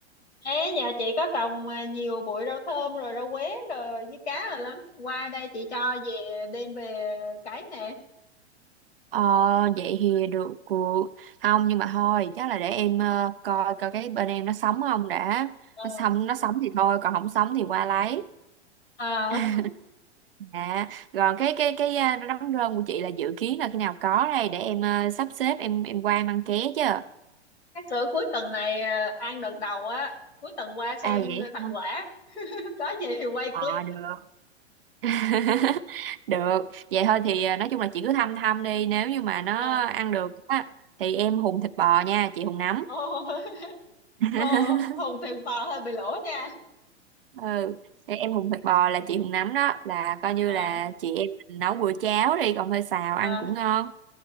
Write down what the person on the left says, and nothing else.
Ê, nhà chị có trồng à, nhiều bụi rau thơm rồi rau quế rồi với cá rồi lắm. Qua đây chị cho về đem về cấy nè.
Ờ.
Ờ,
Các cửa cuối tuần này à, ăn đợt đầu á, cuối tuần qua xem
thành
quả. <laughs> Có gì thì quay
clip.
À.
Ô, <laughs>
ô, Hùng thịt bò <laughs> hơi bị lỗ nha.
À,
à,